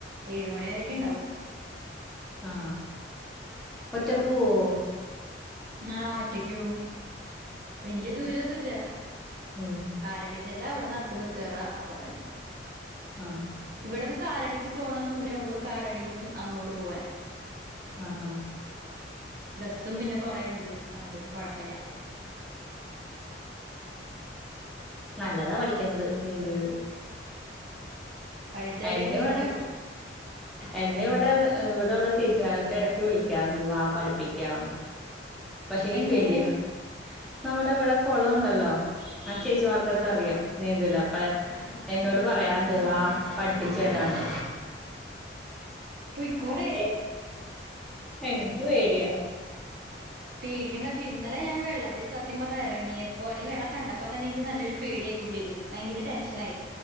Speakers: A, on the right; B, in the centre.
A: ഏഴുമണി വരക്കെ ണ്ടാവും
B: ആഹ് ഒറ്റക്ക് പോവോ
A: ആഹ് ഒറ്റക്ക് ഓവും വല്യ ദൂരൊന്നുല്ല
B: മം
A: കാലഡീജല്ല അവിടെന്ന അടുത്ത ബസ് കേറാ അപ്പതന്നെ
B: ആഹ്
A: ഇവിടന്ന് കാലടിക്ക് പോണ ദൂരോ ഉള്ളു കാലടിന്ന് അങ്ങോട് പോവാൻ
B: ആഹാ
A: ബസ്സും പിന്നെ കൊറേണ്ട് അതോണ്ട് കോഴപ്പല്ല
B: നല്ലതാ പഠിക്കിന്നത് നീന്തല്
A: പഠിച്ചോക്കന്ന്
B: എന്നെ ഇവിടെ
A: വിചാരിച്ചു
B: എന്നെ ഇവിടെ ഇവിടെള്ള ചേച്ചിമാരൊക്കെ ഇടക്ക് വിളിക്കാറുണ്ട് വാ പഠിപ്പിക്കാം പക്ഷെങ്കി
A: എങ്ങനെ
B: പേടിയാ നമ്മുടെ ഇവിടെ കോളം ഉണ്ടല്ലോ ആഹ് ചേച്ചിമാർക്കൊക്കെ
A: ആഹ്
B: അറിയാം നീന്തല് അപ്പ എന്നോട് പറയാറ്ണ്ട് വാ പഠിപിച്ച് തരാന്ന്
A: പൊയ്ക്കൂടെ
B: പക്ഷെ എനിക്ക് പേടിയാ
A: പേടിക്കണ്ട പക്ഷേ ഇന്നലെ ഞാൻ വെള്ളത്തിൽ സത്യം പറഞ്ഞ എറങ്ങി എപ്പോ അല്ലെങ്കി വെള്ളം കണ്ടപ്പോ തന്നെ നിക്ക് നല്ലൊരു പേടിയായി ഉള്ളില് ഭയങ്കര ടെൻഷൻ ആയി